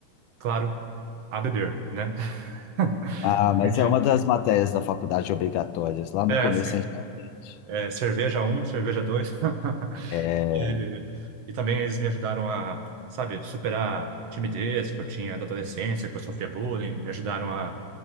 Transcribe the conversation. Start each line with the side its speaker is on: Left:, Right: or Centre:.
Right: claro, a beber, né? <laughs>
Left: Ah,
Right: Entendi.
Left: mas é uma das matérias da faculdade obrigatórias. Lá
Right: É,
Left: no começo
Right: sim,
Left: a
Right: sim.
Left: gente não aprende.
Right: É, cerveja um, cerveja 2. <laughs>
Left: É...
Right: E, e também eles me ajudaram a, sabe, superar a timidez que eu tinha da adolescência, que eu sofria bullying, me ajudaram a